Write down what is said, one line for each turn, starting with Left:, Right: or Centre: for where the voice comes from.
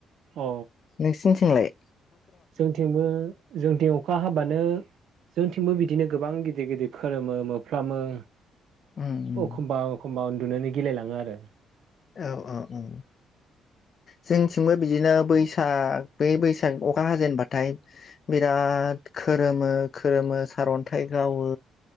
Right: अ
Left: नोंसोरनिथिंलाय?
Right: जोंनिथिंबो जोंनिथिं अखा हाबानो जोंनिथिंबो बिदिनो गोबां गिदिर गिदिर खोरोमो मोफ्लामो।
Left: उम उम
Right: एखमबा एखमबा उन्दुनोनो गिलायलाङो आरो।
Left: औ औ औ जोंनिथिंबो बिदिनो बैसाग बे बैसाग अखा हाजेनबाथाय बिराद खोरोमो खोरोमो सारन्थाय गावो।